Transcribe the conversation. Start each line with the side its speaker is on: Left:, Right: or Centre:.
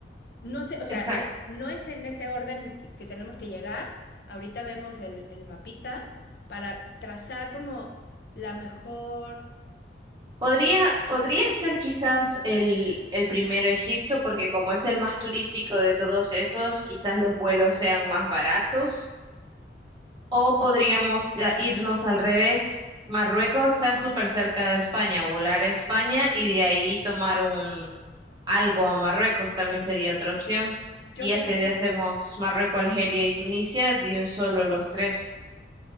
Left: No sé, o sea,
Right: Exacto.
Left: eh, no es en ese orden que tenemos que llegar. Ahorita vemos el, el mapita para trazar como la mejor.
Right: Podría, podría ser quizás el, el primero Egipto, porque como es el más turístico de todos esos, quizás los vuelos sean más baratos. O podríamos ya irnos al revés. Marruecos está súper cerca de España, volar a España y de ahí tomar un algo a Marruecos también sería otra opción.
Left: Yo
Right: Y
Left: creo
Right: así
Left: que
Right: hacemos Marruecos, Algeria y Tunisia de un solo los tres.